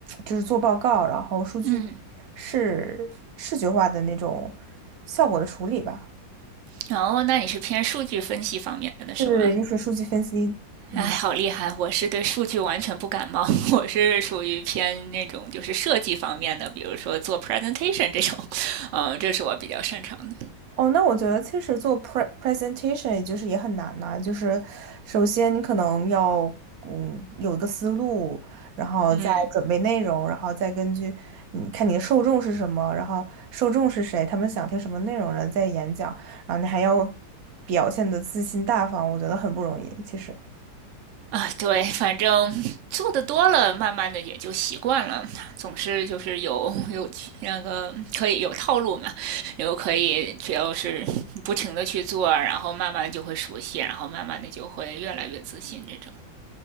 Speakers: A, on the right; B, on the right.
A: 就是做报告，然后数据
B: 嗯，
A: 视视觉化的那种效果的处理吧。
B: 然后那你是偏数据分析方面的是吗？
A: 对对对，就是数据分析。嗯。
B: 哎，好厉害！我是对数据完全不感冒，<laughs> 我是属于偏那种就是设计方面的，比如说做 presentation 这种，<laughs> 嗯，这是我比较擅长的。
A: 哦，那我觉得其实做 pre presentation 也就是也很难呐、就是首先你可能要嗯有一个思路，然后再准备内容，
B: 嗯。
A: 然后再根据你看你的受众是什么，然后受众是谁，他们想听什么内容，然后再演讲，然后你还要表现的自信大方，我觉得很不容易，其实。
B: 啊，对，反正做的多了，慢慢的也就习惯了。总是就是有有那个可以有套路嘛，然后可以只要是不停的去做，然后慢慢就会熟悉，然后慢慢的就会越来越自信这种。